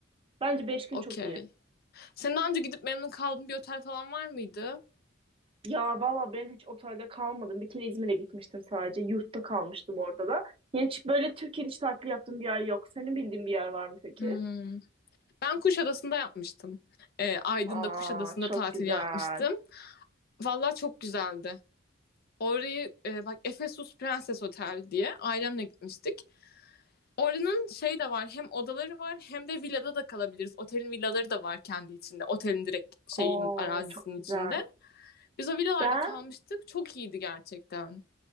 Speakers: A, on the right; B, on the left.
A: Bence beş gün
B: Okey.
A: çok iyi.
B: Sen daha önce gidip memnun kaldığın bir otel falan var mıydı?
A: Ya valla ben hiç otelde kalmadım. Bir kere İzmir'e gitmiştim sadece. Yurtta kalmıştım orada da. Yani hiç böyle Türkiye'de hiç tatil yaptığım bir yer yok. Senin bildiğin bir yer var mı peki?
B: Hmm. Ben Kuşadası'nda yapmıştım. E, Aydın'da
A: Aa
B: Kuşadası'nda
A: çok
B: tatil
A: güzel.
B: yapmıştım. Vallahi çok güzeldi. Orayı e, bak Efesus Prenses Otel diye ailemle gitmiştik. Oranın şey de var hem odaları var hem de villada da kalabiliriz. Otelin villaları da var kendi içinde. Otelin direkt şeyin
A: Aa
B: arazisinin
A: çok güzel.
B: içinde. Biz o villalarda
A: Ben
B: kalmıştık. Çok iyiydi gerçekten.